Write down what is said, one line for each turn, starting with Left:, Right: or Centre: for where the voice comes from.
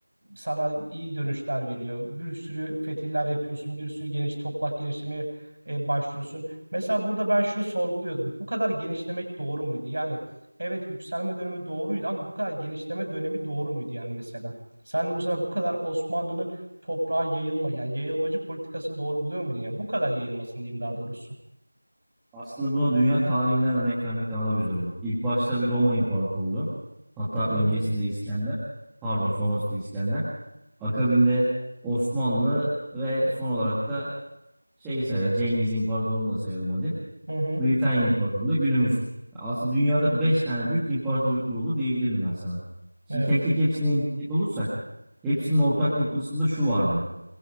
Right: sana iyi dönüşler veriyor. Bir sürü fetihler yapıyorsun, bir sürü geniş toplak genişlemeye e, başlıyorsun. Mesela burada ben şunu sorguluyordum. Bu kadar genişlemek doğru muydu? Yani evet yükselme dönemi doğruydu ama bu kadar genişleme dönemi doğru muydu yani mesela? Sen mesela bu kadar Osmanlı'nın toprağa yayılma yani yayılmacı politikasını doğru buluyor muydun ya? Bu kadar yayılmasın diyeyim daha doğrusu.
Centre: Aslında buna dünya tarihinden örnek vermek daha da güzel olur. İlk başta bir Roma İmparatorluğu. Hatta
Right: Hı
Centre: öncesinde
Right: hı.
Centre: İskender. Pardon sonrasında İskender. Akabinde Osmanlı ve son olarak da şey sayar Cengiz İmparatorluğu'nu da sayalım hadi.
Right: Hı hı.
Centre: Britanya İmparatorluğu da günümüz. Aslında dünyada 5 tane büyük imparatorluk kuruldu diyebilirim ben sana. Şimdi
Right: Evet.
Centre: tek tek hepsini inceleyecek olursak hepsinin ortak noktasında şu vardı.